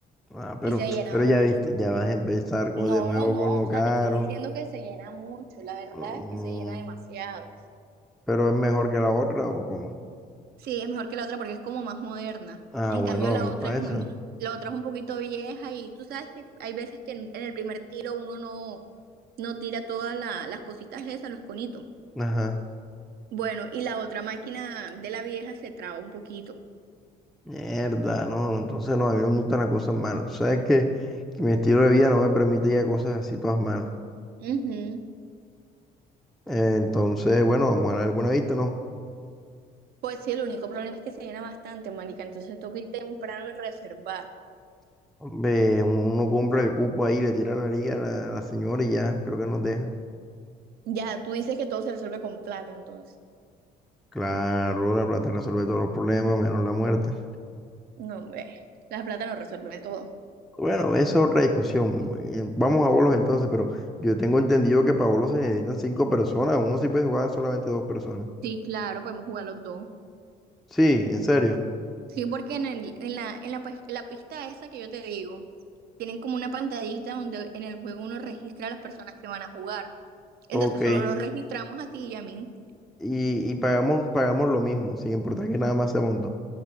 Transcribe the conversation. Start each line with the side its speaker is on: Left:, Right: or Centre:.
Centre: Ah, pero,
Right: Y se llena
Centre: pero
Right: mucho.
Centre: ya viste, ya vas a empezar con-
Right: No,
Centre: de nuevo
Right: no, no,
Centre: con lo
Right: o
Centre: caro.
Right: sea, te estoy diciendo que se llena mucho, la verdad
Centre: Mm,
Right: es que se llena demasiado.
Centre: pero es mejor que la otra o cómo?
Right: Sí, es mejor que la otra porque es como más moderna.
Centre: Ah,
Right: En
Centre: bueno,
Right: cambio,
Centre: vamos
Right: la otra
Centre: para
Right: es
Centre: esa.
Right: muy, la otra es un poquito vieja y tú sabes que hay veces que en, en el primer tiro uno no, no tira todas la- las cositas esas, los conitos.
Centre: Ajá.
Right: Bueno, y la otra máquina de la vieja se traba un poquito.
Centre: Mierda, no, entonces no, a mí no me gustan las cosas malas. Tú sabes que, que mi estilo de vida no me permite ya cosas así todas malas.
Right: Ujú.
Centre: Eh, entonces, bueno, vamos a la del Buenavista, ¿no?
Right: Pues sí, el único problema es que se llena bastante, marica, entonces toca ir temprano y reservar.
Centre: Hombre, uno compra el cupo ahí, le tira la liga a la, a la señora y ya, creo que nos deja.
Right: Ya, tú dices que todo se resuelve con plata, entonces.
Centre: Claro, la plata resuelve todos los problemas, menos la muerte.
Right: No, hombre. La plata no resuelve todo.
Centre: Bueno, esa es otra discusión. Eh, Vamos a bolos entonces, pero yo tengo entendido que para bolos se necesitan cinco personas. Uno sí puede jugar solamente dos personas.
Right: Sí, claro, podemos jugar los dos.
Centre: Sí, en serio.
Right: Sí, porque en el, en la, en la, pis- la pista esa que yo te digo, tienen como una pantallita donde en el juego uno registra a las personas que van a jugar. Entonces
Centre: Ok.
Right: solo nos registramos a ti y a mí.
Centre: Y, y pagamos, pagamos lo mismo, sin importar que nada más seamos dos.